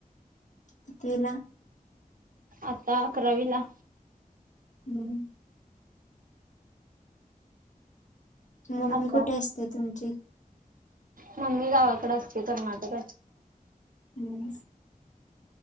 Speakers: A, on the left; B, on the right.
A: कितवीला
B: आता अक्रवीला
A: हम्म मम्मी
B: आता
A: कुठे असते तुमची
B: मम्मी गावाकडे असते कर्नाटक
A: हम्म